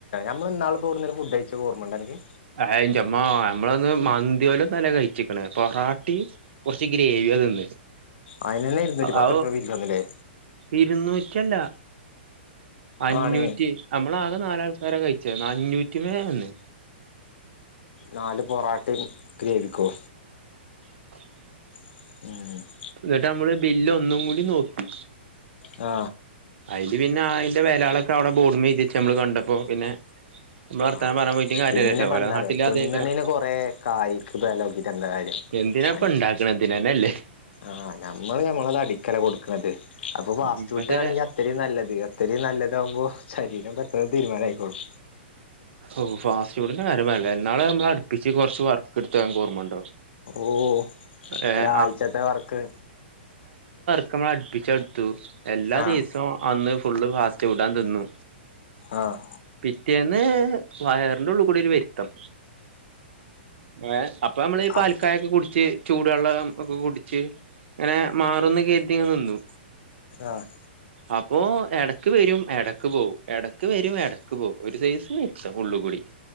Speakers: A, on the left; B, on the right.
A: നമ്മൾ ഇന്നാൾ ഇവിടുന്നു ഒരു ഫുഡ് കയിച്ച ഓർമയുണ്ടാനിക്ക്
B: ആ എൻ്റെമ്മ നമ്മളന്ന് മന്തി പോലെ നല്ല കഴിച്ചിക്കണ പൊറാട്ടി കുറച്ച് ഗ്രേവിതിന്നന്ന്
A: അതിനന്നെ ഇരുന്നൂറ്റി പത്തുറുപ്യ
B: അ
A: ബില്ല് വന്നില്ലേ
B: ഇരുന്നൂറ്റിയല്ല അഞ്ഞൂറ്റി
A: ആണ്
B: നമ്മള് ആകെ നാലാൾക്കാരെ കഴിച്ചു അഞ്ഞൂറ്റി മേലെ അല്ലേ
A: നാല് പൊറാട്ടയും ഗ്രേവിക്കോ
B: <inaudible>
A: മ്
B: എന്നിട്ട് നമ്മള് ബില്ല് ഒന്നും കൂടി നോക്കി
A: ആ
B: അതില് പിന്നെ അതിന്റെ വെലകളൊക്കെ അവിടെ ബോർ ഡിമേൽ എഴ്തിച്ച്ച് നമ്മള് കണ്ടപ്പോ പിന്നെ നമ്മള് വർത്താനം
A: ആഹ
B: പറയാൻ പോയിട്ടും കാര്യല്ലല്ലോ
A: പിന്നെ പണ്ടാരംഎന്താലോ
B: ഓലെ നാട്ടില്
A: തിന്നണേന്
B: അതേക്കാരം
A: കൊറെ കായ്ക്ക് വില നോക്കിട്ട് എന്താ കാര്യം
B: എന്തിനാപ്പ
A: മന
B: ഇണ്ടാക്കണ ഇതിനന്നെല്ലേ
A: ആഹ് ഞമ്മള് ഞമ്മളത് അടിക്കല കു <unintelligible> അപ്പൊ ഫാസ്റ്റ്
B: ഉം
A: ഫുഡാണെങ്കി
B: പക്ഷെ
A: അത്രയും നല്ലത് അത്രയും നല്ലതാകുമ്പോ ശരീരം പെട്ടെന്ന് തീരുമാനായിക്കോളും
B: ഓ ഫാസ്റ്റ് ഫുഡിന്റെ കാര്യം <unintelligible> ഇന്നാള് നമ്മള അടുപ്പിച്ച് കൊറച്ച് വർക്ക്ട്ത്തത്ത് അന്ക്ക് ഓർമ്മണ്ടോ
A: ഓ
B: ഏഹ്
A: ഒരാഴ്ചത്തെ വർക്ക്
B: <unintelligible> അടുപ്പിച്ചടുത്തു എല്ലാ
A: ആഹ്
B: ദീസവും അന്ന് ഫുള്ള് ഫാസ്റ്റ് ഫുഡാ തിന്നു
A: ആഹ്
B: പിറ്റേന്ന് വയറിന്റെ ഉള്ളിക്കൂടി ഒരു വരുത്തം ഏ അപ് ഇപ്പൊ നമ്മളീ പാൽക്കായ
A: അത്
B: ഒക്കെ കുടിച്ച് ചൂടുവെള്ളം ഒക്കെ കുടിച്ച് ഇങ്ങനെ മാറുന്ന് കരുതിങ്ങ് നിന്നു
A: ആഹ്
B: അപ്പോ എടക്ക് വരും എടക്ക് പോവും എടക്ക് വരും എടക്ക് പോവും ഒരു സൈസ് <unintelligible> <unintelligible>